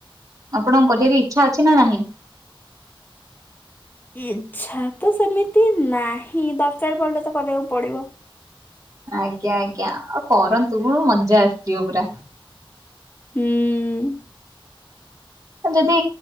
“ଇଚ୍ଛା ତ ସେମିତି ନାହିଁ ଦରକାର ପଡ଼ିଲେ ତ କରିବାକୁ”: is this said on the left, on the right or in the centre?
Left